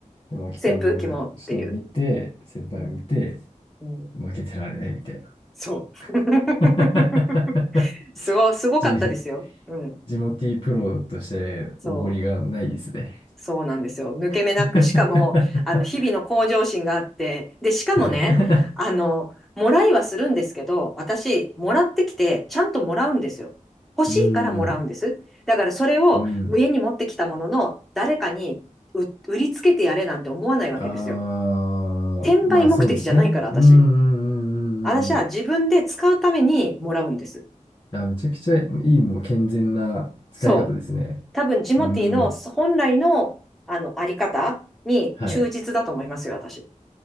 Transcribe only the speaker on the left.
も、空き缶の人を見て、
先輩を見て、
負けてられないみたいな。
<laughs>
じ
ジモティープロとしておごりがないですね。
<laughs>
はい。
うん、
うん。
ああ、
まあそうですね。
うん、うん、
うん、うんうん。あ、めちゃくちゃいい、もう健全な使い方ですね。
うん、
はい。